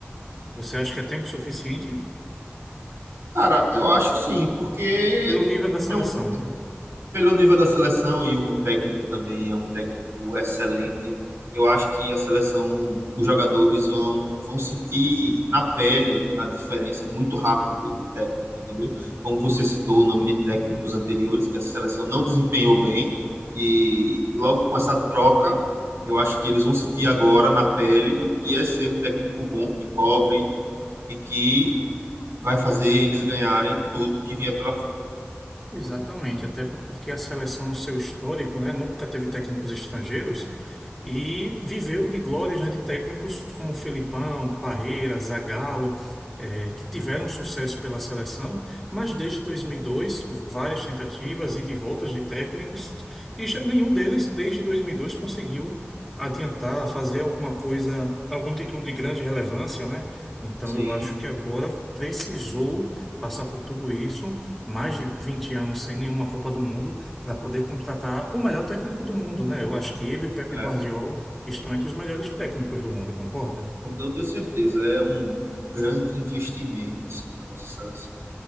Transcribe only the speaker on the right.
Cara, eu acho sim, porque.
é um
pelo nível da seleção e o técnico também é um técnico excelente, eu acho que a seleção, os jogadores vão, vão sentir na pele a diferença muito rápido de técnico, entendeu? Como você citou o nome de técnicos anteriores, que a seleção não desempenhou bem, e logo com essa troca, eu acho que eles vão sentir agora na pele o que é ser um técnico bom, que cobre e que vai fazer eles ganharem tudo que vier pela frente.
Sim,
é.
Com toda certeza, é um grande investimento assim, para nossa seleção.